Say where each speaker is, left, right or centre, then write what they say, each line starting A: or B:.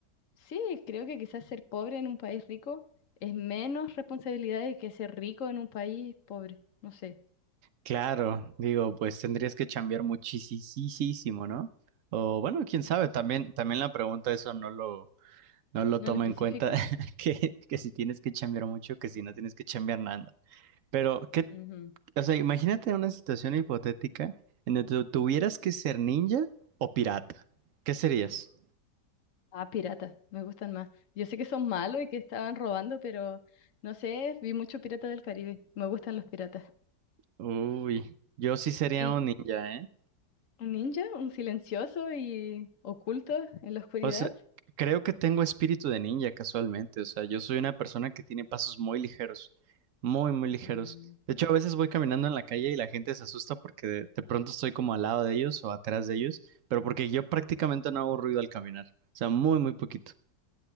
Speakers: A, on the left; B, on the right.
A: sí, creo que quizás ser pobre en un país rico es menos responsabilidad de que ser rico en un país pobre, no sé,
B: Claro, digo, pues tendrías que chambear muchísimo, ¿no? O bueno, quién
A: Ujú.
B: sabe, también, también la pregunta eso no lo, no lo
A: no
B: toma
A: lo especifica.
B: en cuenta, <laughs> que, que si tienes que chambear mucho, que si no tienes que chambear nada. Pero, ¿qué?
A: Ujú.
B: O sea, imagínate una situación hipotética en donde tu- tuvieras que ser ninja o pirata. ¿Qué serías?
A: Ah, piratas, me gustan más. Yo sé que son malos y que estaban robando, pero no sé, vi mucho Pirata del Caribe, me gustan los piratas.
B: Uy, yo sí sería
A: Y
B: un ninja, ¿eh?
A: un ninja, un silencioso y oculto en la oscuridad.
B: O sea, creo que tengo espíritu de ninja casualmente. O sea, yo soy una persona que tiene pasos muy ligeros, muy, muy ligeros.
A: Mm,
B: De hecho, a veces voy caminando en la calle y la gente se asusta porque de, de pronto estoy como al lado de ellos o atrás de ellos, pero porque yo prácticamente no hago ruido al caminar. O sea, muy, muy poquito.